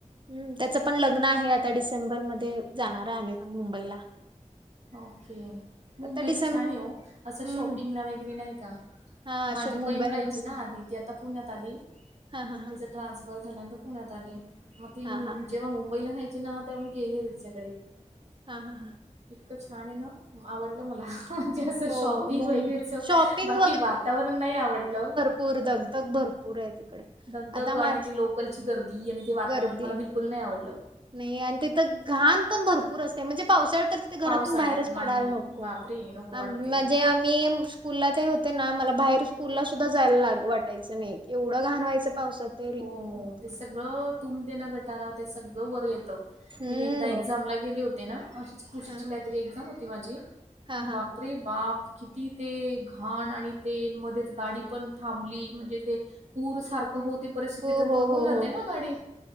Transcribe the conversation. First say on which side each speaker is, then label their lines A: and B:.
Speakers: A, on the right (about 40°); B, on the right (about 60°).
A: हम्म. त्याचं पण लग्न आहे आता डिसेंबर मध्ये, जाणार आहे आम्ही पण मुंबईला.
B: ओके. मुंबईला
A: आता डिसेंब
B: छानये ओ असं
A: हम्म
B: शॉपिंगला वगैरे नाही का?
A: हा
B: माझी
A: शो
B: बहीण
A: मुंबईला
B: राहायची
A: मस्त
B: ना आधी, ती आता पुण्यात आली.
A: हा हा हा
B: तिचं ट्रान्सफ र झाल्यानंतर पुण्यात आली. मग ती
A: हा हा
B: जेव्हा मुंबईला रहायची ना, तेव्हा मी गेले होते तिच्याकडे.
A: हा हा हां.
B: इतकं छान आहे ना, आवडलं मला. म्हणजे असं
A: हो
B: शॉपिंग
A: मुं
B: वगैरेचं
A: शॉपिंग
B: बाकी वातावरण नाही आवडलं.
A: पूर दगदग भर पुर आहे तिकडे.
B: दगदग
A: आता माझ
B: आणि ती लोकलची गर्दी यानी ते वातावरण
A: गर्दी
B: मला बिलकुल नाही आवडलं.
A: नाही आणि तिथं घाण पण भरपूर असते म्हणजे पावसाळ्यात तर
B: पावसाळ्यात
A: घरातून बाहेरच पडायला
B: नाही
A: नको
B: बापरे नको वाटते.
A: अन् जे आम्ही स्कूलला ते होते ना मला बाहेर स्कूलला सुद्धा जायला लाग वाटायचं नाही. एवढं घाण व्हायचं पावसात. ते भरपूर
B: हो, ते सगळं तुम ते ना गटारं ते सगळं वर येतं.
A: हम्म
B: मी एकदा एक्झामला गेले होते ना अशीच कृषीची
A: हा हा
B: काहीतरी एक्झाम होती माझी
A: हा हा.
B: बापरे बाप किती ते घाण आणि ते मध्येच गाडी पण थांबली म्हणजे ते पूर सारखं हो परिस्थिती
A: हो
B: तर
A: हो
B: थांबून
A: हो
B: जाते
A: हो
B: ना गाडी